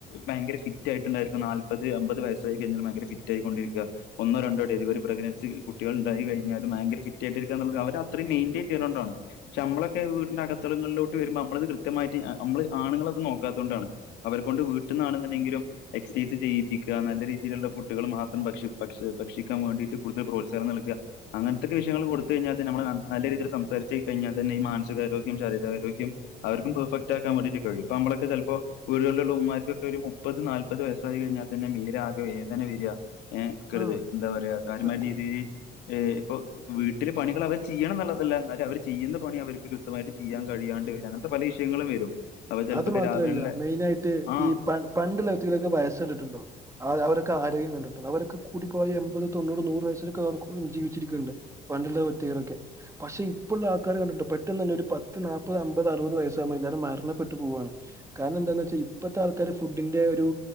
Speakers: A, on the left (about 85°); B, on the right (about 15°).
A: ഭയങ്കര ഫിറ്റായിട്ടുണ്ടായിരുക്കും ന്നാൽപ്പത് അമ്പത് വയസായി കയ്ഞ്ഞാലും ഭയങ്കര ഫിറ്റ് റ്റായി കൊണ്ടിരിക്ക്ആ ഒന്നോ രണ്ടോ ഡെലിവറി പ്രഗ്നൻസി കു കുട്ടികള്ണ്ടായി കയ്ഞ്ഞാലും ഭയര ഫിറ്റ് ആയിട്ടിരിക്കാന്ന്ള്ളത് അവരത്രേം മെയ്ന്റെയിൻ ചെയ്യ്ണോണ്ടാണ്. പക്ഷെ അമ്മളൊക്കെ വീടിന്റെ അകത്തളങ്ങൾലോട്ട് വരുമ്പോ അമ്മളത് കൃത്യമായിട്ട് അമ്മള് ആണുങ്ങളത് ന്നോക്കാതോണ്ടാണ്. അവരേ കൊണ്ട് വീട്ട്ന്നാണ് ന്ന്ണ്ടെങ്കിലും എക്സൈസ് ചെയ്യിപ്പിക്കാ ന്നല്ല രീതീല്ള്ള ഫുഡുകള് മാത്രം ഭക്ഷി ഭക്ഷ ഭക്ഷിക്കാം വേണ്ടീട്ട് കൊട്ത്ത് പ്രോൽ സാനം ന്നൽക്ആ. അങ്ങൻത്തെക്കെ വിഷയങ്ങള് കൊടുത്തയ്ഞാൽ തന്നേ ഞമ്മളെ ന്നല്ല രീതീല് സംസാരിച്ച് കയ്ഞ്ഞാ തന്നെ ഈ മാൻസികാരോഗ്യം ശരീരാരോഗ്യം അവര്ക്കും പെർഫക്റ്റാക്കാം വേണ്ടീറ്റ് കഴിയും പ്പമ്മളൊക്ക ചെൽപ്പോ വീടേൾല്ള്ള ഉമ്മാര്ക്കൊക്കെ ഒരു മുപ്പത് ന്നാൽപ്പത് വയസ്സായി കയ്ഞ്ഞാൽ തന്നെ മീലാകെ വേദന വേര്ആ. ഏഹ് ക്കരുത്
B: ആ
A: എന്താ പറയാ കാര്യമായ
B: സത്യം
A: രീതിയി ഏഹ് ഇപ്പൊ വീട്ടില പണികൾ അവർ ചിയ്യണം ന്ന്ള്ളതല്ല ന്നാലു അവര് ചിയ്യുന്ന പണി അവര്ക്ക് കൃത്യമായിട്ട് ചിയ്യാൻ കഴിയാണ്ട് വര്ആ അങ്ങ ത്ത പല വിഷയങ്ങളും വരും. അപ്പോൾ ചിലപ്പോൾ
B: അത് മാത്രല്ല
A: രാവിലെയുള്ള
B: മെയ്നായിട്ട്
A: ആ
B: ഈ പ പണ്ടുള്ള വ്യക്തികളെക്കെ വയസ്സണ്ട്ട്ടുണ്ടോ അവരൊക്ക ആരോഗ്യം കണ്ട്ട്ടുണ്ടോ അവരൊക്കെ കൂടി ഇപ്പൊ എമ്പത് തൊണ്ണൂറ് ന്നൂറ് വയസ്സൊരോക്കെ <unintelligible> ജീവിച്ചിരിക്ക്ണ്ട് പണ്ട്ള്ള വ്യക്തികളൊക്കെ. പക്ഷെ ഇപ്പള്ള ആൾക്കാരേ കണ്ടിട്ട്ണ്ടോ പെട്ടന്നനെ ഒരു പത്ത് ന്നാപ്പത് അമ്പത് അറുപത് വയസ്സാവുംമ്പോ എല്ലാരും മര്ണ പെട്ട് പുവ്വാണ് കാര്ണം എന്താന്ന് വെച്ചാ ഇപ്പത്തെ ആൾക്കാര് ഫുഡിന്റെ ഒരു